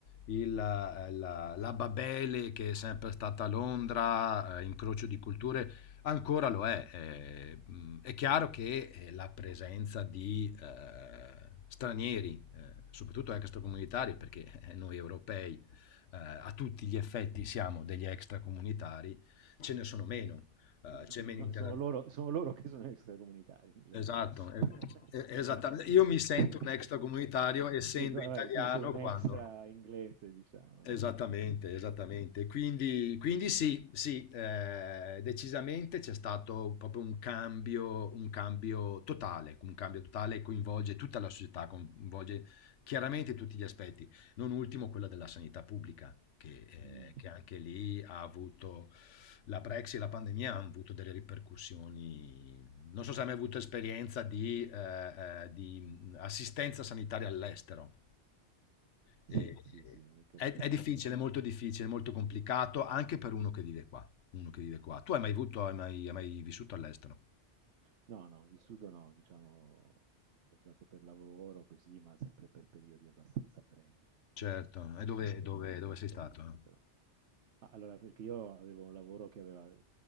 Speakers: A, on the left (about 85°); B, on the right (about 75°).
A: il- eh, la, la Babele che è sempre stata a Londra, eh, incrocio di culture, ancora lo è. Eh, mh, è chiaro che eh, la presenza di eh, stranieri, eh, soprattutto extracomunitari, perché eh, noi europei eh, a tutti gli effetti siamo degli extracomunitari, ce ne sono meno,
B: Mh.
A: eh,
B: Mh,
A: c'è
B: di
A: meno
B: <laughs> no,
A: interazione.
B: sono loro sono loro che sono extracomunitari in realtà.
A: Esatto, e-
B: <laughs>
A: e- esattamente.
B: Però inso
A: Io mi sento
B: <laughs>
A: un extracomunitario essendo
B: dici tu vabbè,
A: italiano
B: tu sei un extra
A: quando...
B: inglese diciamo.
A: Esattamente,
B: <laughs>
A: esattamente. Quindi, quindi sì, sì, eh, decisamente c'è stato proprio un cambio, un cambio totale, un cambio totale che coinvolge tutta la società, coinvolge chiaramente tutti gli aspetti, non ultimo quella della sanità pubblica, che,
B: Mh.
A: eh, che anche lì ha avuto la Brexit e la pandemia hanno avuto delle ripercussioni. Non so se hai mai avuto esperienza di, eh, eh, di assistenza sanitaria all'estero. E-
B: Sì, sì, sì, mi è capitato.
A: è, è difficile, molto difficile, molto complicato anche per uno che vive qua. Uno che vive qua. Tu hai mai avuto, hai mai, hai mai vissuto all'estero?
B: No, no, vissuto no, diciamo, ho viaggiato per lavoro così, ma sempre per periodi abbastanza brevi, quindi
A: Certo.
B: non, non posso
A: E dove,
B: dire
A: dove-
B: di aver
A: dove
B: vissuto
A: sei stato?
B: all'estero.
A: eh?
B: Ma allora, perché io avevo un lavoro che aveva mm,